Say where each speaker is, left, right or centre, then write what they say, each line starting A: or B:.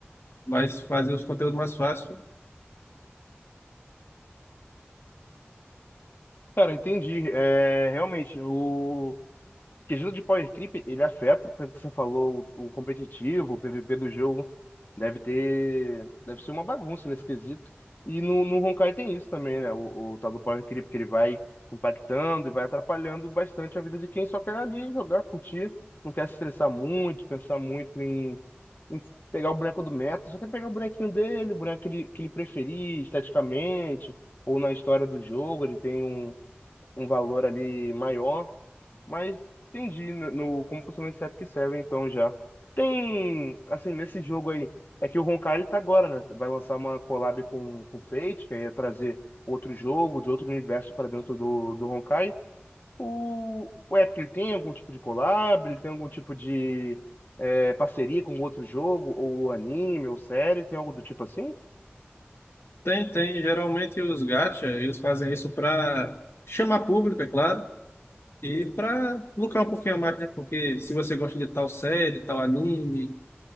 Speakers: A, on the left; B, on the left.
A: vai fazer os conteúdos mais fácil.
B: Cara, entendi. É, realmente, o quesito de Power Creep, ele afeta, pelo que você falou, o, o competitivo, o PVP do jogo. Deve ter, deve ser uma bagunça nesse quesito. E no, no Honkai tem isso também, né? O, o tal do Power Creep, que ele vai impactando e vai atrapalhando bastante a vida de quem só quer ali jogar, curtir, não quer se estressar muito, pensar muito em, em pegar o boneco do meta, só quer pegar o bonequinho dele, o boneco que ele, que ele preferir esteticamente, ou na história do jogo, ele tem um um valor ali maior, mas entendi no, no- como funciona esse Epic Seven então já. Tem, assim, nesse jogo aí, é que o Honkai ele tá agora, né? Vai lançar uma collab com o Fate, que aí ia trazer outro jogo de outro universo para dentro do, do Honkai. O, o Epic ele tem algum tipo de collab, ele tem algum tipo de é, parceria com outro jogo, ou anime, ou série, tem algo do tipo assim?
A: Tem, tem, geralmente os gacha, eles fazem isso para chamar público, é claro E para lucrar um pouquinho a mais, né? Porque se você gosta de tal série, tal anime,